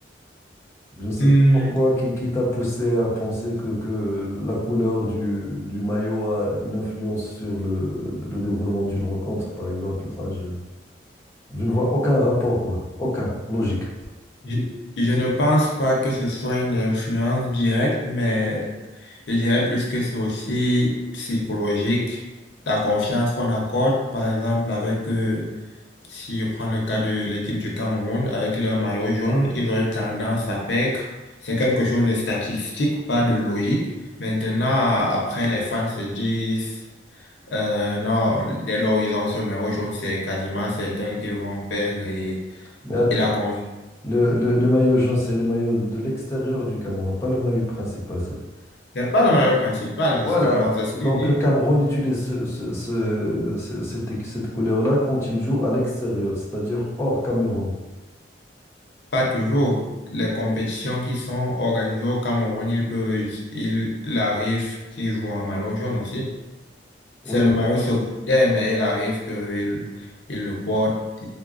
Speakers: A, on the left; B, on the left.
A: Je ne sais
B: Hmm,
A: pas pourquoi qui, qui t'a poussé à penser que, que la couleur du, du maillot a une influence sur le, le déroulement d'une rencontre, par exemple. Enfin, je, je ne vois aucun rapport quoi, aucun logique.
B: je, je ne pense pas que ce soit une influence directe, mais je dirais plus que c'est aussi psychologique. La confiance qu'on accorde, par exemple, avec... euh, Si je prends le cas de l'équipe du Cameroun, avec leur maillot jaune, ils ont eu tendance à perdre. C'est quelque chose de statistique, pas de logique. Maintenant, après, les fans se disent, euh, non, dès lors ils ont ce maillot jaune, c'est quasiment certain qu'ils vont perdre et,
A: Mais à,
B: et la confiance.
A: Le, le, le maillot jaune, c'est le maillot de l'extérieur du Cameroun, pas le maillot principal. c'est-
B: C'est pas
A: Ok.
B: le maillot principal,
A: Voilà,
B: justement, c'est ce
A: donc
B: que je dis.
A: le Cameroun utilise ce- ce- ce- ce- cette, cette couleur-là quand il joue à l'extérieur, c'est-à-dire hors Cameroun.
B: Pas toujours. Les compétitions qui sont organisées au Cameroun, ils peuvent, ils- il arrive qu'ils jouent en maillot jaune aussi.
A: Oui,
B: C'est
A: mais
B: le maillot secondaire, mais il arrive qu'il il le porte,